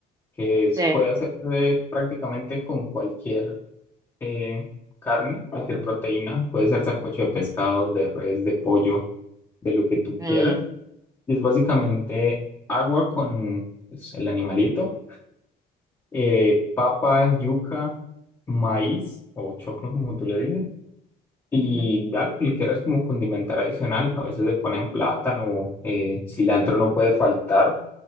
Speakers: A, on the left (about 15°); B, on the right (about 20°).
A: que es-
B: sí.
A: puede hacerse prácticamente con cualquier eh, carne, cualquier proteína. Puede ser sancocho de pescado, de res, de pollo, de lo que tú
B: Mm,
A: quieras. Y es básicamente agua con pues, el animalito, eh, papa, yuca, maíz o choclo, como tú le dices. Y
B: ujú.
A: ya lo que le quieras como condimentar adicional. A veces le ponen plátano, eh, cilantro no puede faltar.